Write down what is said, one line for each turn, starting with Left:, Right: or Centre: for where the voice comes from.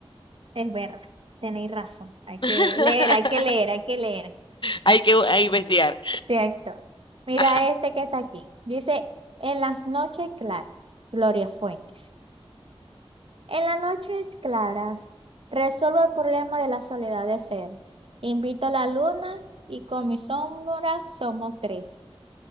Right: Es verdad. Tenéis razón. Hay que
Left: <laughs>
Right: leer, hay que leer, hay que leer.
Left: Hay que, hay que investigar.
Right: Cierto. Mira
Left: Ajá.
Right: este que está aquí. Dice, en las noches claras, Gloria Fuentes. En las noches claras, resuelvo el problema de la soledad de ser. Invito a la luna y con mi sombra somos tres.